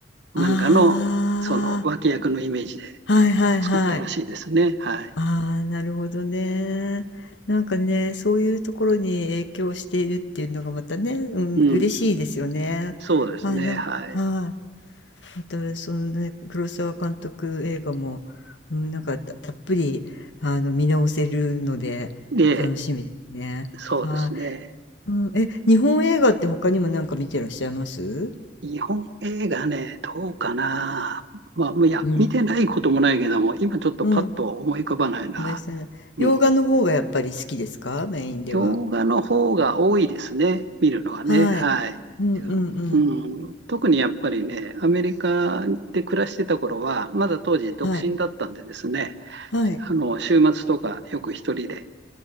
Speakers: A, on the right; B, on the left.
A: なんかの、
B: あ
A: その脇役のイメージで
B: あ、はいはいはい。
A: 作ったらしいですね。はい。
B: ああ、なるほどね。なんかね、そういうところに影響しているっていうのがまたね、うん、
A: うん。
B: 嬉しいですよね。
A: そうですね。
B: あ、なん、
A: はい。
B: はい。また、そのね、黒沢監督映画も、うん、なんかた、たっぷり、あの、見直せるので、
A: で、
B: 楽しみですね。
A: そうですね。
B: はい。うん、え、日本映画って他にもなんか見てらっしゃいます
A: 日本映画ね、どうかな。まあ、いや、
B: うん、
A: 見てないこともないけども、今ちょっとパッと思い浮かばないな。
B: うん、ごめんなさいね。洋画の方がやっぱり好きですかメインでは。
A: うん。洋画の方が多いですね。見るのはね。
B: はい。
A: はい。
B: うんうんうん。
A: うん、特にやっぱりね、アメリカで暮らしてた頃は、まだ当時独身だったんでですね、
B: はい。はい。
A: あの週末とかよく一人で